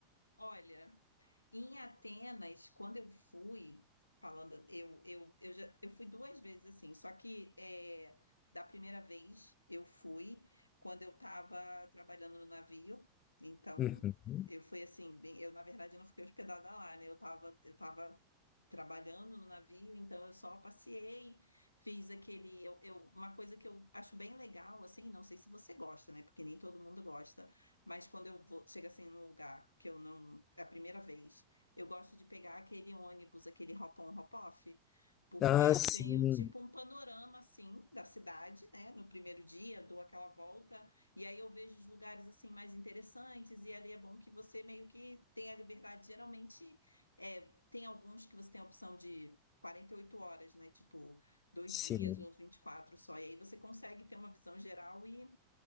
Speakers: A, on the left; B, on the left.
A: Olha, em Atenas, quando eu fui, falando, eu, eu, eu já eu fui duas vezes assim, só que é, da primeira vez eu fui quando eu estava trabalhando no navio, então
B: Uhum.
A: eu fui assim, bem, eu na verdade eu não fiquei hospedada lá, né? Eu estava eu estava trabalhando no navio, então eu só passeei, fiz aquele, eu, eu- uma coisa que eu acho bem legal, assim, não sei se você gosta, né? Porque nem todo mundo gosta, mas quando eu vou, chega assim num lugar que eu não, é a primeira vez, eu gosto de pegar aquele ônibus, aquele hop-on, hop-off, porque
B: Ah,
A: eu
B: sim,
A: tenho tipo um panorama assim da cidade, né? No primeiro dia, dou aquela volta e aí eu vejo os lugares assim mais interessantes e ali é bom que você meio que tenha liberdade, geralmente é tem alguns que você tem a opção de 48 horas, né? Tipo, dois
B: sim.
A: dias ou 24 só. E aí você consegue ter uma visão geral e